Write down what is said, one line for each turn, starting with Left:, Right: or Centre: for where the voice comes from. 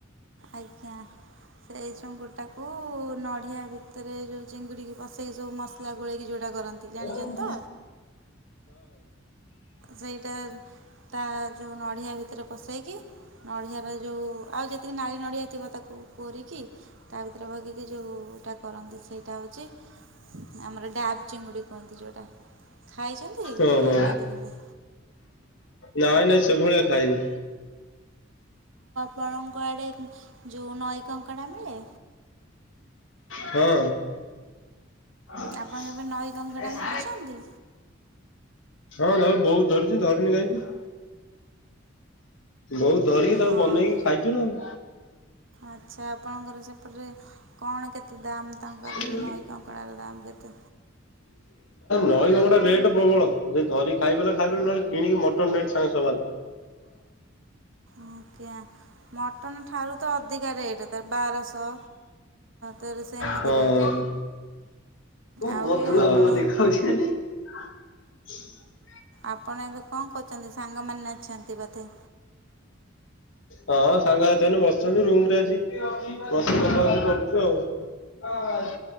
Right: ଆଜ୍ଞା ସେଇ ଚୁଙ୍ଗୁ ଟାକୁ ନଢଆ ତରେ ଯୋଉ ଚିଙ୍ଗୁଡି। ବସେଇକି ସବୁ ମସଲା ଗୋଳେଇକି ଯେଉଁଟା କରନ୍ତି, ଜାଣିନ୍ତି
Left: ହଁ ହଁ।
Right: ତ? ସେଇଟା ତା ଯେଉ ନଡ଼ିଆ ଭିତରେ ପସେଇକି ନଡ଼ିଆର ଯେଉଁ ଆଉ ଯେତିକି ନାଳି ନଡ଼ିଆ ଥିବ ତାକୁ କୋରିକି ତା ଭିତରେ ଭଗିକି ଯେଉଟା କରନ୍ତି ସେଇଟା ହୋଉଚି। ଆମର ଡାବ୍ ଚିଙ୍ଗୁଡି କୁହନ୍ତି ଯୋଉଟା, ଖାଇଛନ୍ତି
Left: ଓହୋ
Right: ନା ଖାଇନାହାନ୍ତି କେବେ?
Left: ନାଇଁ ନାଇଁ ସେଭ ଭଳିଆ ଖାଇନି।
Right: ପରମ୍ପରାରେ ଯେଉଁ ନଈ କଙ୍କଡ଼ା ମିଳେ।
Left: ହଁ। ହଁ <unintelligible>
Right: ଆପଣ କେବେ ନଈ କଙ୍କଡ଼ା ଧରିଛନ୍ତି?
Left: ହଁ ନଉ ବହୁ ଧର ଧରଣୀ ଗାଇକି ବହୁତ ଧରିକି
Right: ହଁ।
Left: ତାକୁ ବନେଇକି ଖାଇଚୁ ନା ଆଉ।
Right: ଆଚ୍ଛା ଆପଣଙ୍କର ତାପରେ କଣ କେତେ ଦାମ୍
Left: <inaudible>
Right: ତାଙ୍କର
Left: ନା
Right: ଯେଉଁ ନଈ କଙ୍କଡ଼ାର ଦାମ୍ କେତେ
Left: ନଈ ଗୋଟେ ରେଟ୍ ପ୍ରବଳ, ଧରିକି ଖାଇ ପ ଖାଇ ନହେଲେ କିଣିକି ମଟନ ରେଟ ସାଙ୍ଗେ ସମାନ୍
Right: ଆଜ୍ଞା ମଟନ୍ ଠାରୁ ତ ଅଧିକା ରେଟ୍ ତାର ବାରଶହ ତେରଶହ ଏମିତି
Left: <inaudible> ତ <inaudible> ହଁ
Right: ରେଟ୍
Left: କଣ
Right: ଆଉ
Left: ଗଧୁଆୁଆ
Right: ଆପଣ
Left: ଦେଖା <unintelligible> <inaudible>
Right: ଆପଣ ଏବେ କଣ କରହୁଛନ୍ତି ସାଙ୍ଗମାନେ ଅଛନ୍ତି ବୋଧେ।
Left: ହଁ ସାଙ୍ଗ ସାଥିମାନ ବସିଛନ୍ତି, ରୁମରେ ଆଜି ବସିକି <unintelligible> କରୁଛୁ ଆଉ।